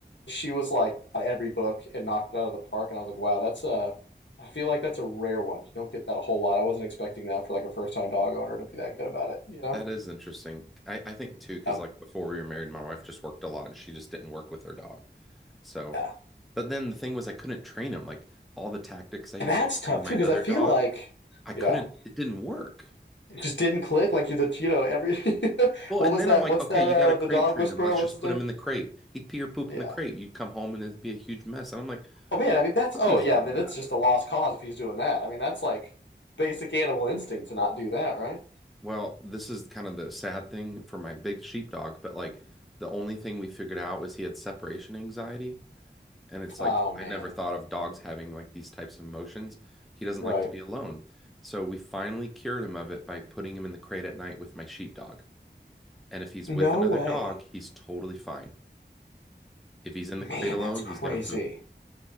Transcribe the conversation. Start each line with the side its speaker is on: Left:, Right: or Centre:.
Left: She was like at every book and knocked it out of the park. And I was like, wow, that's a, I feel like that's a rare one. You don't get that a whole lot. I wasn't expecting that for like a first time dog owner to be that good about it, you know?
Centre: That is interesting. I, I think too, because
Left: Um,
Centre: like before we were married, my wife just worked a lot and she just didn't work with her dog. So,
Left: yeah.
Centre: but then the thing was, I couldn't train him. Like all the tactics I used
Left: That's
Centre: to
Left: tough
Centre: train my
Left: too because
Centre: other
Left: I feel
Centre: dog,
Left: like,
Centre: I couldn't,
Left: yeah.
Centre: it didn't work.
Left: It just didn't click. Like you're the you know every <laughs>
Centre: Well,
Left: what
Centre: and
Left: was
Centre: then
Left: that?
Centre: I'm like,
Left: What's
Centre: okay,
Left: that?
Centre: you
Left: Uh,
Centre: got to crate
Left: the dog
Centre: train
Left: whisperer.
Centre: him. Let's
Left: What's
Centre: just
Left: his
Centre: put
Left: name?
Centre: him in the crate. He'd pee or poop
Left: Yeah.
Centre: in the crate. You'd come home and it'd be a huge mess. And I'm like,
Left: Oh man, I mean that's
Centre: puppies
Left: oh yeah,
Centre: do
Left: then it's
Centre: that.
Left: just a lost cause if he's doing that. I mean that's like basic animal instinct to not do that, right?
Centre: Well, this is kind of the sad thing for my big sheepdog, but like the only thing we figured out was he had separation anxiety. And it's
Left: Oh
Centre: like,
Left: man,
Centre: I never thought of dogs having like these types of emotions. He doesn't
Left: right.
Centre: like to be alone. So we finally cured him of it by putting him in the crate at night with my sheepdog. And if he's
Left: No
Centre: with another
Left: way,
Centre: dog, he's totally fine. If he's in
Left: man.
Centre: the crate alone,
Left: That's crazy.
Centre: he's gonna poop.